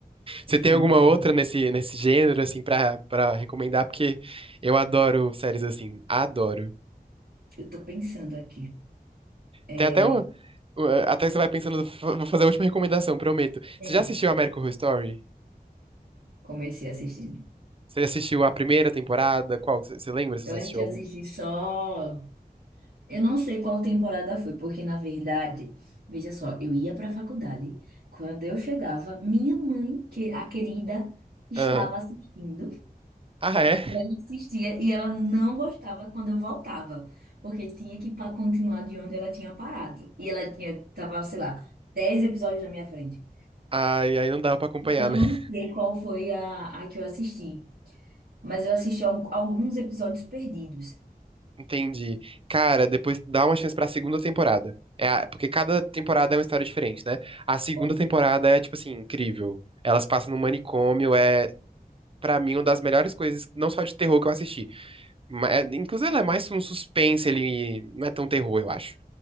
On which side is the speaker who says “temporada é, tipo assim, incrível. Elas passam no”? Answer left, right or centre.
Right